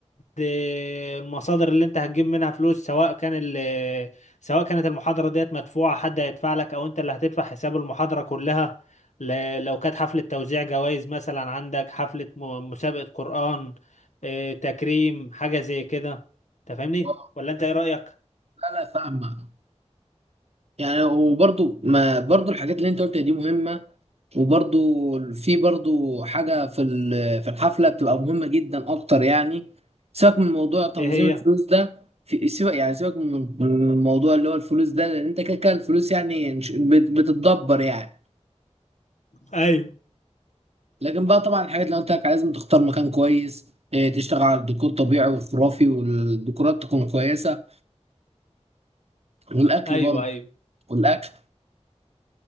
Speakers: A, on the left (about 85°); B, on the right (about 60°).
A: المصادر اللي انت هتجيب منها فلوس سواء كان ال- سواء كانت المحاضره ديت مدفوعه حد هيدفع لك او انت اللي هتدفع حساب المحاضره كلها ل- لو كانت حفله توزيع جوائز مثلا عندك حفله م- مسابقه قران آه، تكريم حاجه زي كده انت فاهمني
B: اه،
A: ولا انت ايه رايك
B: لا لا فاهمه يعني وبرضو ما برضو الحاجات اللي انت قلتها دي مهمة وبرضو في برضو حاجة في ال- في الحفلة بتبقى مهمة جدا اكتر يعني سيبك من موضوع تنظيم
A: ايه هي
B: الفلوس ده في سيبك يعني سيبك من من الموضوع اللي هو الفلوس ده لان انت كده كده الفلوس يعني مش- بت- بتتدبر يعني
A: ايوه
B: لكن بقى طبعا الحاجات اللي قلت لك لازم تختار مكان كويس اه، تشتغل على الديكور طبيعي وخرافي والديكورات تكون كويسة والاكل
A: ايوه
B: برضو
A: ايوه
B: والاكل